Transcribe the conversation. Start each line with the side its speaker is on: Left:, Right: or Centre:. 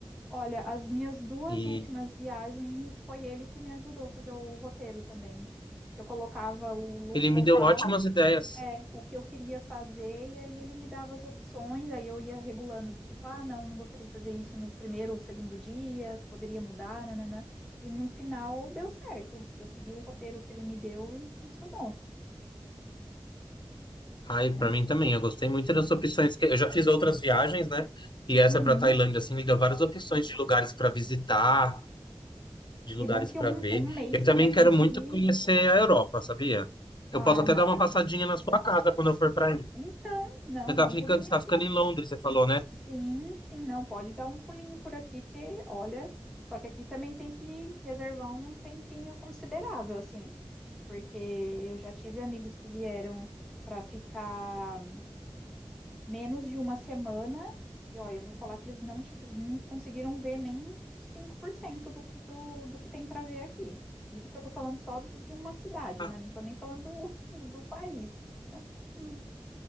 Centre: olha, as minhas duas
Left: E
Centre: últimas viagens foi ele que me ajudou a fazer o roteiro também. Eu colocava o lo-
Left: ele
Centre: local,
Left: me deu ótimas ideias.
Centre: é, o que eu queria fazer, e aí ele me dava as opções, aí eu ia regulando do tipo, ah, não, não gostaria de fazer isso no primeiro ou segundo dia, se poderia mudar, nananã. E no final deu certo. Eu segui o roteiro que ele me deu e funcionou.
Left: Aí,
Centre: Mas,
Left: para mim também, eu gostei muito das opções. que- Eu já fiz outras viagens, né? E essa
Centre: uhum.
Left: para Tailândia, assim, me deu várias opções de lugares para visitar, de lugares
Centre: E bom que
Left: para
Centre: um,
Left: ver.
Centre: um mês
Left: Eu também
Centre: você vai conseguir.
Left: quero muito conhecer a Europa, sabia?
Centre: Ah,
Left: Eu posso até
Centre: não.
Left: dar uma passadinha na sua casa quando eu for para aí.
Centre: Então, não,
Left: Eu tava
Centre: dá um
Left: ficando,
Centre: pulinho
Left: você tá
Centre: aqui.
Left: ficando em Londres, você falou, né?
Centre: Sim, sim, não, pode dar um pulinho por aqui, porque, olha, só que aqui também tem que reservar um tempinho considerável, assim, porque eu já tive amigos que vieram para ficar menos de uma semana, e olha, eu vou falar que eles não, tive- não conseguiram ver nem 5% do que, do, do que tem para ver aqui. Isso porque eu tô falando só do- de uma cidade,
Left: Ah,
Centre: né? Não tô nem falando do, do país. Hum,